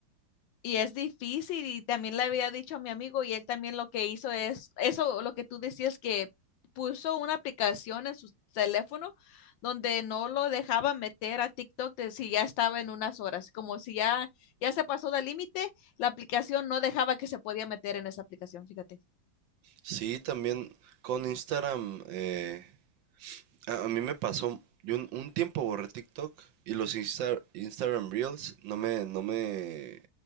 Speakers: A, on the left (about 80°); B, on the right (about 75°).
A: Y es difícil y también le había dicho a mi amigo y él también lo que hizo es, eso lo que tú decías que puso una aplicación en su teléfono donde no lo dejaba meter a TikTok de si ya estaba en unas horas, como si ya, ya se pasó del límite, la aplicación no dejaba que se podía meter en esa aplicación, fíjate.
B: Sí, también con Instagram, eh, a, a mí me pasó, yo un, un tiempo borré TikTok y los Insta- Instagram Reels no me, no me,